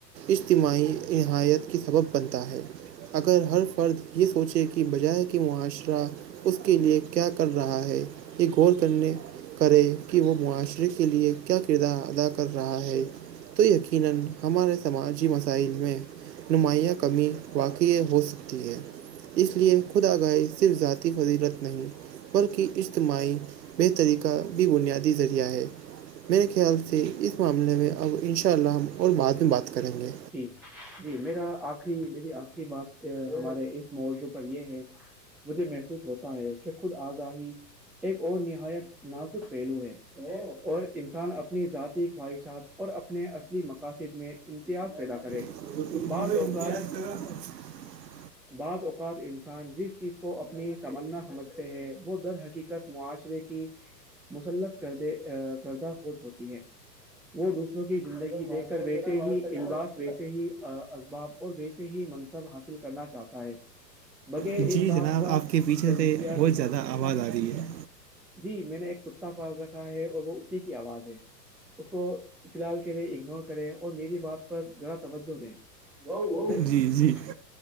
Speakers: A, on the right (about 75°); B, in the centre.
A: اجتماعی نہایت کے سبب بنتا ہے اگر ہر فرد یہ سوچے کہ بجائے کہ معاشرہ اس کے لیئے کیا کر رہا ہے ہے یہ غورنے کریں کہ وہ معاشرے کے لئے کیا کردار ادا کر رہا ہے تو یقینا ہمارے سماجی مسائل میں نمایاں کمی واقعی ہو سکتی ہے اس لیے خوداگاہی صرف ذاتی فضیلت نہیں بلکہ اجتماعی بے طریقہ بھی بنیادی ذریعہ ہے میرے خیال سے اس معاملے میں اب ان شاء اللہ ہم اور بعد میں بات کریں گے
B: جی جی میرا آخری میری آخری بات ہمارے اس موضوع پر یہ ہے مجھے محسوس ہوتا ہے کہ خود آگاہی ایک اور نہایت نازک پہلو ہے اور انسان اپنی ذاتی خواہشات اور اپنے اصلی مقاصد میں امتیاز پیدا کرے
A: <unintelligible>
B: بعض اوقات بعض اوقات انسان جس چیز کو اپنی تمنا سمجھتے ہیں وہ در حقیقت معاشرے کی مسلق کرد کردہ سوچ ہوتی ہے وہ دوسروں کی زندگی دیکھ کر ویسے ہی الباس ویسے ہی اسباب اور ویسے سے ہی منصب حاصل کرنا چاہتا ہے بغیر
A: جی
B: اس بات
A: جناب
B: کا
A: آپ کے پیچھے
B: تجزیہ
A: سے بہت زیادہ آواز آ رہی ہے
B: جی میں نے ایک کتا پال رکھا ہے اور وہ اسی کی آواز ہے اس کو فی الحال کے لیے اگنور کریں اور میری بات پر ذرا توجہ دیں <unintelligible>
A: جی جی